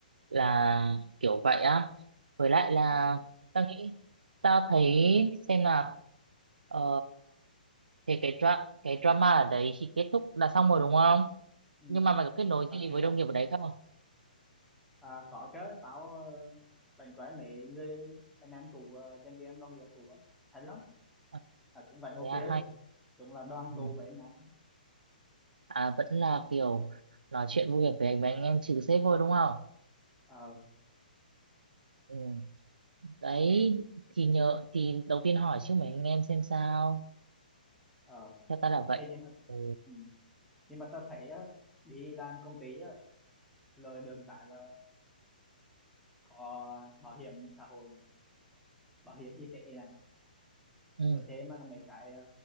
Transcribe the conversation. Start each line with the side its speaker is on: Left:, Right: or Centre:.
Right: là kiểu vậy á với lại là
Centre: ừ
Right: ta nghĩ ta thấy xem là ờ, thì cái dra cái drama ở đấy thì kết thúc là
Centre: ừ
Right: xong rồi đúng không
Centre: ừ
Right: nhưng mà mày có kết nối
Centre: tao
Right: gì
Centre: chịu
Right: với
Centre: được
Right: đồng nghiệp ở đấy không
Centre: à, có chứ tao uh, bạn quen mấy người anh em cũ ờ, nhân viên đồng nghiệp cũ á, thấy lắm
Right: à,
Centre: à, cũng vẫn ok
Right: thế à, hay
Centre: chung là đoàn
Right: ừ.
Centre: tụ với anh em á.
Right: à vẫn là kiểu nói chuyện vui vẻ với mấy anh em trừ sếp thôi đúng không
Centre: ờ
Right: ừ. đấy thì nhờ thì đầu tiên hỏi chứ mấy anh em xem sao
Centre: ờ
Right: theo ta là vậy
Centre: Ê, nhưng mà
Right: ừ.
Centre: ừ. nhưng mà tao thấy á, đi làm công ty á, lời đường cái là có bảo hiểm xã hội này bảo hiểm y tế này
Right: ừ.
Centre: với thế mà mấy cái ờ,